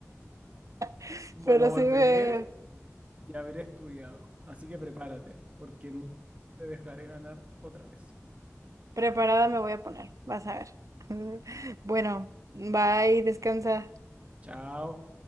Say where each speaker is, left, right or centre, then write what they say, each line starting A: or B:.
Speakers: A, on the right; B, on the right.
A: <laughs>
B: Bueno,
A: Pero
B: volveré
A: sí me...
B: y haber estudiado. Así que prepárate, porque no te dejaré ganar otra vez.
A: Preparada me voy a poner, vas a ver. <laughs> Bueno, bye, descansa.
B: Chao.